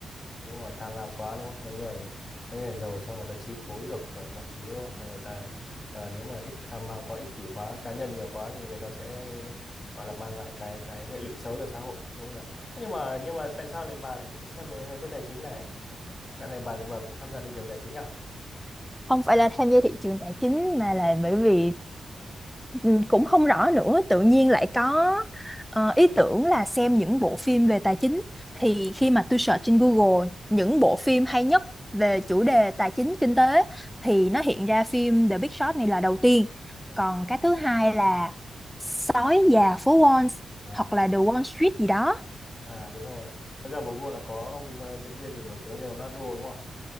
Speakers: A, on the left; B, in the centre.
A: đúng rồi tham lam quá đúng không mấy người mấy người giàu sao người ta chi phối được ờ, mọi thứ đúng không sao người ta gọi là nếu mà ích tham lam quá ích kỷ quá cá nhân nhiều quá thì người ta sẽ gọi là mang lại cái cái hệ lụy xấu cho xã hội đúng không nhỉ Thế nhưng mà nhưng mà tại sao lại bà lại thích xem mấy mấy cái tài chính này dạo này bà thì bà cũng tham gia thị trường tài chính à
B: không phải là tham gia thị trường tài chính mà là bởi vì ừ, cũng không rõ nữa tự nhiên lại có ờ, ý tưởng là xem những bộ phim về tài chính thì khi mà tôi search trên Google những bộ phim hay nhất về chủ đề tài chính kinh tế thì nó hiện ra phim The Big Short này là đầu tiên
A: ừ.
B: còn cái thứ hai là Sói già phố Wall
A: À
B: hoặc là The Wall Street gì đó
A: À đúng rồi. Santiago Goal là có ông ờ, diễn viên gì nổi tiếng Leonardo đúng không?